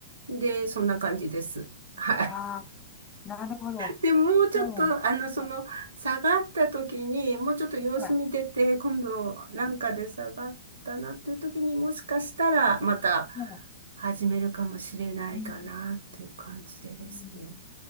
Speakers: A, on the right; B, on the left.
A: で、そんな感じです。はい。
B: ああ、なるほど。
A: で、もうちょっと、
B: そうなんです。
A: あの、その、
B: は
A: 下がった時に、もうちょっと様子見てて、
B: い。はい。
A: 今度、
B: は
A: なんかで下がったなという時に、もしかしたら、また
B: い。はい。
A: 始めるかもしれないかな、
B: うん。
A: という感じでですね。
B: うん。